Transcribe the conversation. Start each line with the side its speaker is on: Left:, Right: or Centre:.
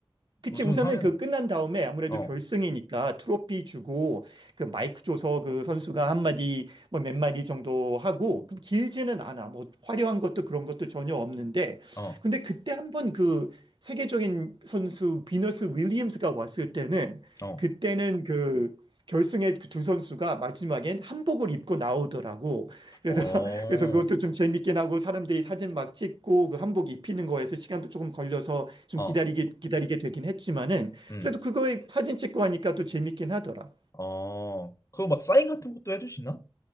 Right: 그치,
Left: 우승하면,
Right: 우선은 그 끝난 다음에 아무래도
Left: 어,
Right: 결승이니까 트로피 주고 그 마이크 줘서 그 선수가 한마디 뭐 몇 마디 정도 하고 그 길지는 않아. 뭐 화려한 것도 그런 것도 전혀 없는데
Left: 어,
Right: 근데 그때 한번 그 세계적인 선수 비너스 윌리엄스가 왔을 때는
Left: 어,
Right: 그때는 그 결승에 그 두 선수가 마지막엔 한복을 입고 나오더라고. 그래서
Left: 어,
Right: <laughs> 그래서 그것도 좀 재밌긴 하고 사람들이 사진 막 찍고 그 한복 입히는 거에서 시간도 조금 걸려서 좀
Left: 어,
Right: 기다리게 기다리게 되긴 했지만은
Left: 음,
Right: 그래도 그거에 사진 찍고 하니까 또 재밌긴 하더라.
Left: 어. 그거 막 사인 같은 것도 해주시나?